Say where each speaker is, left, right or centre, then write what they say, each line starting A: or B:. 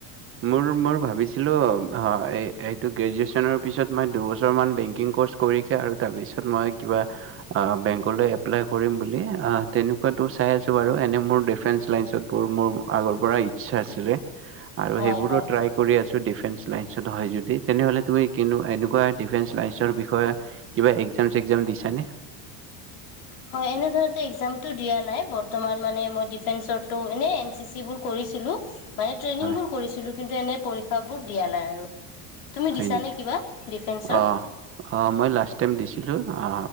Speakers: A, on the right; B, on the left.
A: মোৰ মই ভাবিছিলো। অ এই এইটো গ্ৰেজুৱেচনৰ পিছত মই দুবছৰমান বেংকিং ক'ৰ্ছ কৰি কে আৰু তাৰপিছত মই কিবা বেংকলৈ এপ্লাই কৰিম বুলি, তেনেকোৱাটো চাই আছোঁ বাৰু এনেই মোৰ ডিফেন্স লাইনচতোত মোৰ আগৰ পৰা ইচ্ছা আছিলে। আৰু
B: হয়
A: সেইবোৰো
B: হয়
A: ট্ৰাই কৰি আছো ডিফেন্স। টো হয় যদি তেনেহলে তুমি এনেকোৱা ডিফেন্স লাইনচৰ বিষয়ে কিবা একজাম চেকজাম দিছনে
B: হয় এনেধৰণটো একজামটো দিয়া নাই বৰ্তমান মানে মই ডিফেন্সটো এনে এন চি চিবোৰ কৰিছিলো। মানে ট্ৰেইনিং
A: হয়
B: বোৰ কৰিছিলো। কিন্তু এনে পৰীক্ষাবোৰ দিয়া নাই আৰু। তুমি
A: হয়
B: দিছানে
A: নেকি?
B: কিবা ডিফেন্সৰ
A: অ অ মই লাষ্ট টাইম দিছিলো অ।